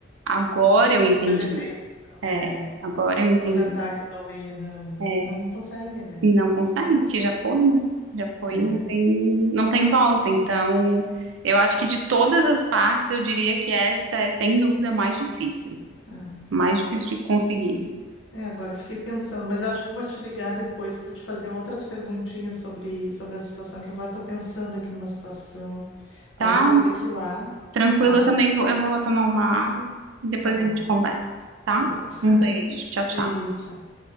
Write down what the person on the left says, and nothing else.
Eu ter feito,
é,
vou tentar resolver, não, não,
não consegue, né?
É, é,
é.
É, agora eu fiquei pensando, mas acho que eu vou te ligar depois para te fazer outras perguntinhas sobre, sobre a situação, que agora estou pensando aqui numa situação,
mas eu vou ter que ir lá,
tá?
Ah,
tá bom,
tá bom. <laughs>
Beijo. tchau.